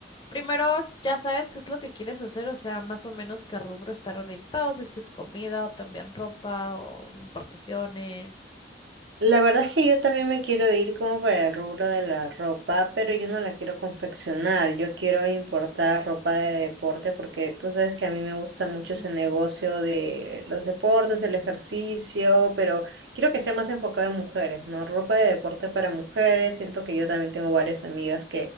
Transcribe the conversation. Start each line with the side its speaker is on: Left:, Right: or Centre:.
Left: primero ya sabes qué es lo que quieres hacer, o sea, más o menos qué rubro estar orientado, si es que es comida o también ropa o importaciones.
Right: La verdad es que yo también me quiero ir como para el rubro de la ropa, pero yo no la quiero confeccionar, yo quiero importar ropa de deporte porque tú sabes que a mí me gusta mucho
Left: Ujú.
Right: ese negocio de los deportes, el ejercicio, pero quiero que sea más enfocado en mujeres, ¿no? Ropa de deporte para mujeres, siento que yo también tengo varias amigas